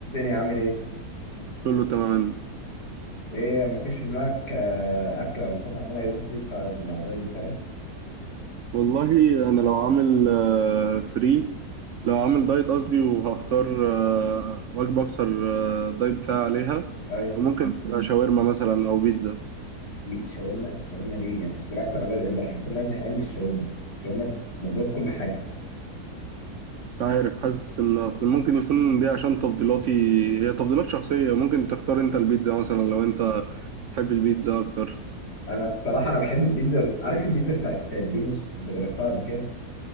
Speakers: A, on the left (about 80°); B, on the right (about 70°).
A: والدنيا عامل ايه؟
B: كله تمام
A: ايه مفيش في دماغك آه، اكل ولا حاجه اعملها يوم الفري بتاع الدايت بتاعي؟
B: والله انا لو عامل فري لو عامل دايت قصدي وهختار آه، وجبه اكثر آه، دايت بتاعي عليها
A: ايوه
B: فممكن تبقى شاورما مثلا او بيتزا
A: الشاورما الشاورما دي يعني بالعكس انا ب- بحس ان انا زهقان من الشاورما الشاورما موجوده في كل حاجه
B: مش عارف حاسس ان اصل ممكن يكون دي عشان تفضيلاتي هي تفضيلات شخصيه ممكن تختار انت البيتزا مثلا لو انت تحب البيتزا اكتر
A: انا الصراحه انا بحب البيتزا بس عارف البيتزا بتاعت دريموس انت جربتها قبل كده؟